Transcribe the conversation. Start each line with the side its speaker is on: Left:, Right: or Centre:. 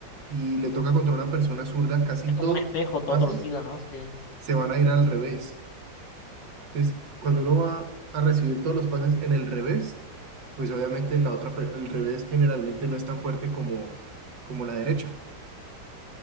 Right: y le toca contra una persona zurda, casi
Left: es como
Right: todos
Left: un espejo
Right: los
Left: todo
Right: pases
Left: torcido, ¿no? Sí.
Right: se van a ir al revés. Entonces, cuando uno va a recibir todos los pases en el revés, pues obviamente la otra, per- el revés generalmente no es tan fuerte como, como la derecha.